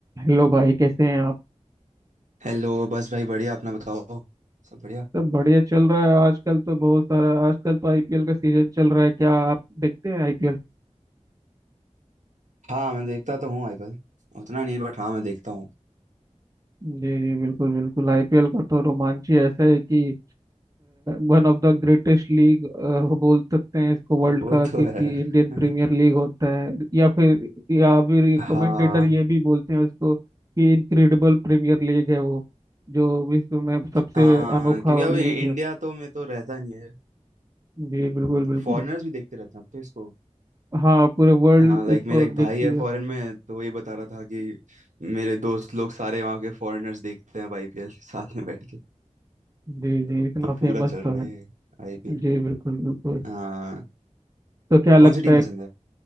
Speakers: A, on the right (about 25°); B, on the right (about 80°).
A: हेलो भाई कैसे हैं आप
B: Hello बस भाई बढ़िया अपना बताओ सब बढ़िया
A: सब बढ़िया चल रहा है आजकल तो बहुत सारा आजकल तो आईपीएल का सीजन चल रहा है क्या आप देखते हैं आईपीएल
B: हाँ मैं देखता तो हूँ आईपीएल उतना नहीं बट हाँ मैं देखता हूँ
A: जी जी बिल्कुल बिल्कुल आईपीएल का तो रोमांच ही ऐसा है कि one of the greatest league बोल सकते हैं इसको वर्ल्ड
B: वो
A: का क्योंकि
B: तो है
A: इंडियन
B: <laughs>
A: प्रीमियर लीग होता है या फिर या फिर
B: हाँ
A: कमेंटेटर ये भी बोलते हैं उसको कि इनक्रेडिबल प्रीमियर लीग है वो जो विश्व में सबसे
B: हाँ
A: अनोखा
B: क्योंकि अब
A: लीग
B: इ- इंडिया
A: है
B: तो में तो रहता नहीं है
A: जी बिल्कुल बिल्कुल
B: फॉरेनर्स भी देखते रहते हैं अब तो इसको
A: हाँ पूरे वर्ल्ड
B: हाँ लाइक
A: इसको
B: मेरा एक
A: देखती
B: भाई है
A: है
B: फॉरेन में तो वही बता रहा था कि मेरे दोस्त लोग सारे वहाँ के फॉरेनर्स देखते हैं आईपीएल <laughs> साथ में बैठ के
A: जी जी
B: तो अब
A: इतना
B: तो पूरा
A: फेमस
B: चल
A: तो
B: रहा
A: है
B: है आईपीएल
A: जी बिल्कुल बिल्कुल
B: हाँ
A: तो क्या लगता
B: कौन सी टीम
A: है
B: पसंद है